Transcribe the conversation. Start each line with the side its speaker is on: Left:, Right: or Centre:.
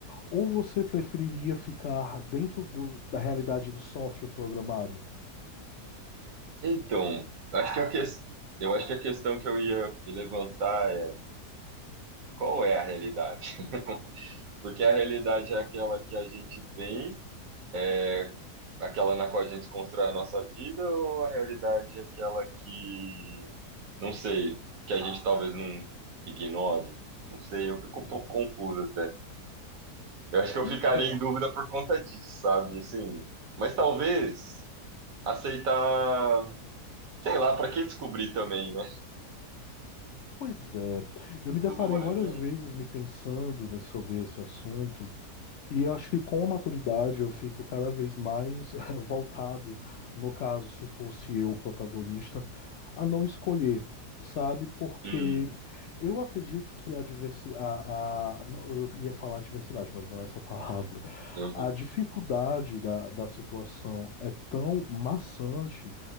Left: ou você preferiria ficar dentro do- da realidade do software programado?
Right: então, acho que a que... eu acho que a questão que eu ia levantar é qual é a realidade? <laughs> Porque a realidade é aquela que a gente tem. É aquela na qual a gente constrói a nossa vida ou a realidade é aquela que, não sei, que a gente talvez não ignore? Não sei, eu fico um
Left: Entendi.
Right: pouco confuso até. Eu acho que eu
Left: Então,
Right: ficaria em dúvida por conta disso, sabe? Assim, mas talvez aceitar, sei lá, para que descobrir também, né?
Left: Pois é,
Right: <laughs>
Left: eu
Right: Se
Left: me deparei
Right: tudo vale
Left: várias
Right: bem.
Left: vezes me pensando, né, sobre esse assunto, e eu acho que com a maturidade eu fico cada vez mais <laughs> voltado, no caso, se fosse eu o protagonista, a não escolher, sabe? Porque
Right: Hum,
Left: eu acredito que a diversidade. A, a- não, eu ia falar diversidade, mas não é essa <laughs> palavra.
Right: uhum,
Left: A dificuldade da, da situação é tão maçante